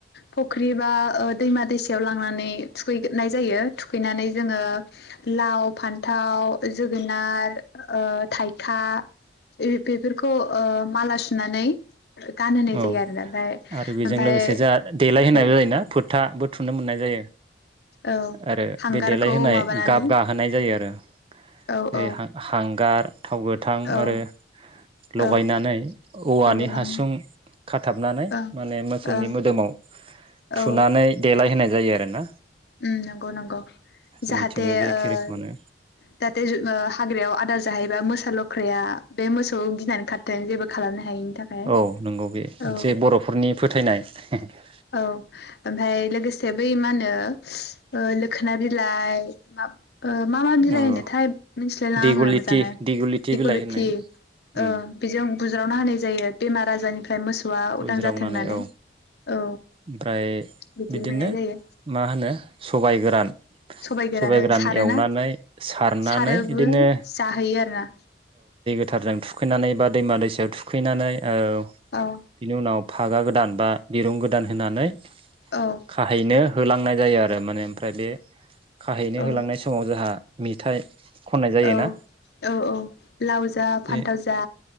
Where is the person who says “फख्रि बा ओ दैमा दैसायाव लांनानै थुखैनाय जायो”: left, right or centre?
Left